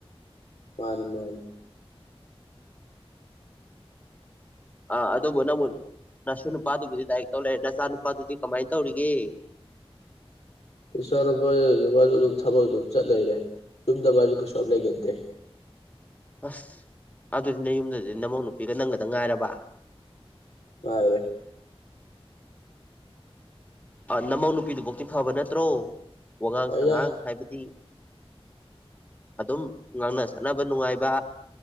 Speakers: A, on the left (about 85°); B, on the left (about 15°).
A: ꯃꯥꯅꯤ ꯃꯥꯅꯤ
B: ꯑꯥ ꯑꯗꯨꯕꯨ ꯅꯪꯕꯨ ꯅꯁꯨ ꯅꯨꯄꯥꯗꯨꯕꯨꯗꯤ ꯂꯥꯏꯔꯤꯛ ꯇꯧ ꯂꯩꯔꯦ ꯅꯆꯥ ꯅꯨꯄꯥꯗꯨꯗꯤ ꯀꯃꯥꯏꯅ ꯇꯧꯔꯤꯒꯦ
A: ꯏꯆꯥ ꯅꯨꯄꯥꯁꯨ ꯑꯗꯨꯝꯃꯥꯏ ꯑꯗꯨꯝ ꯕꯛ ꯑꯗꯨꯝ ꯆꯠ ꯂꯩꯔꯦ ꯌꯨꯝꯗ ꯃꯥꯁꯨ ꯀꯩꯁꯨ ꯌꯥꯝ ꯂꯩꯒꯟꯗꯦ
B: ꯑꯁ ꯑꯗꯨꯗꯤ ꯅꯌꯨꯝꯗꯗꯤ ꯅꯃꯧ ꯅꯨꯄꯤꯒ ꯅꯪꯒꯗꯪ ꯉꯥꯏꯔꯕ
A: ꯉꯥꯢꯔꯦ
B: ꯑ ꯅꯃꯧ ꯅꯨꯄꯤꯗꯨꯕꯧꯇꯤ ꯐꯕ ꯅꯠꯇ꯭ꯔꯣ ꯋꯥꯉꯥꯡ
A: ꯐꯩꯗ
B: ꯁꯉꯥꯡ ꯍꯥꯏꯕꯗꯤ ꯑꯗꯨꯝ ꯉꯥꯡꯅ ꯁꯠꯅꯕ ꯅꯨꯡꯉꯥꯏꯕ